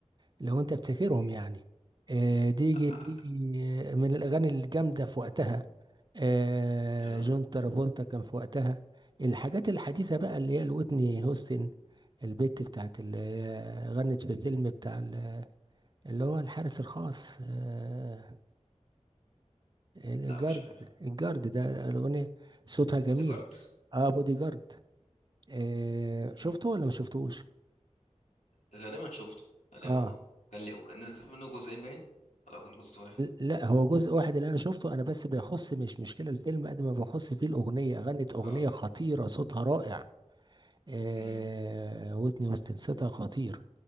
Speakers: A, on the right; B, on the left.
A: لو انت بتفتكرهم
B: مم.
A: يعني آه، دي جي-
B: اه
A: دي من الاغاني الجامده في وقتها آه،
B: آه.
A: جون ترافولتا كان في وقتها الحاجات الحديثه بقى اللي هي الوتني هوستن البت بتاعت اللي هي غنت في فيلم بتاع ال- اللي هو الحارس الخاص آه، الجارد
B: لا مش عارف
A: الجارد ده الاغنيه صوتها جميل
B: بوديجارد
A: اه بودي جارد آه، شفته
B: مم.
A: ولا ما شفتوش
B: غالبا شفته غالبا
A: اه
B: اه كان لي وكان نزل منه جزئين باين ولا كان جزء واحد
A: لا هو جزء واحد اللي انا شفته انا بس بيخص مش مشكله الفيلم قد ما بيخص فيه الاغنيه غنت اغنيه
B: اه
A: خطيره صوتها رائع آه
B: مم.
A: ويتني هيوستن صوتها خطير